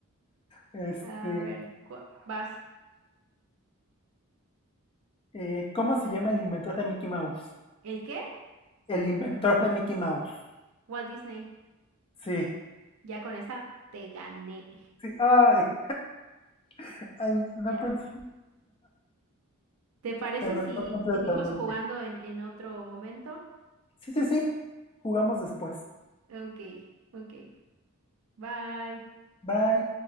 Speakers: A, on the left; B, on the right.
A: Este,
B: A ver, cu- vas.
A: eh, ¿cómo se llama el inventor de Mickey Mouse?
B: ¿El qué?
A: El inventor de Mickey Mouse.
B: Walt Disney,
A: Sí,
B: ya con esa te gané.
A: sí, ay, <laughs> ay, no
B: Ya.
A: pensé,
B: ¿Te parece
A: se me
B: si
A: fue completamente.
B: seguimos jugando en, en otro momento?
A: Sí, sí, sí, jugamos después.
B: Ok, ok. Bye.
A: Bye.